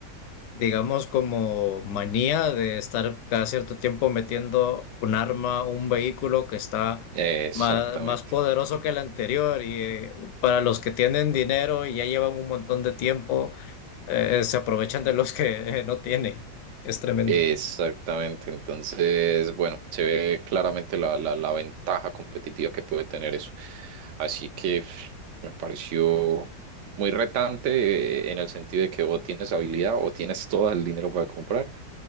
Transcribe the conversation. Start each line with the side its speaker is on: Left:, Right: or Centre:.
Left: digamos, como manía de estar cada cierto tiempo metiendo un arma, un vehículo que está
Right: Exactamente.
Left: más, más poderoso que el anterior. Y eh, para los que tienen dinero y ya llevan un montón de tiempo, eh, se aprovechan de los que <laughs> eh, no tienen. Es tremendo.
Right: Exactamente, entonces, bueno, se ve claramente la, la, la ventaja competitiva que puede tener eso. Así que pf, me pareció muy retante eh, en el sentido de que o tienes habilidad o tienes todo el dinero para comprar